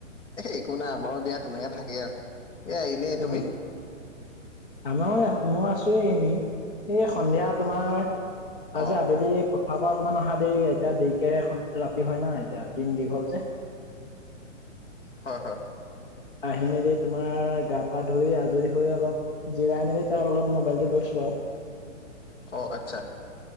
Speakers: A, on the left (about 65°); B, on the left (about 45°).
A: একো নাই আমাৰো দিয়া তেনেকা থাকেই আৰু এয়া এনেই তুমি
B: উ আমাৰ মই আছো কিয় এনে এই সন্ধিয়া তোমাৰ
A: অ
B: আজি আবেলি আমা অকমান অহা দে এতিয়া দেৰিকে এ ৰাতি হয় না এতিয়া দিন দীঘল যে <unintelligible>
A: হয় হয়
B: আহি মেলি তোমাৰ গা পা ধুই আজৰি হৈ অলপ জিৰাই মেলি তাৰ অলপ মোবাইলটো লৈছোঁ আৰু <inaudible> <unintelligible>
A: অঁহ আচ্ছা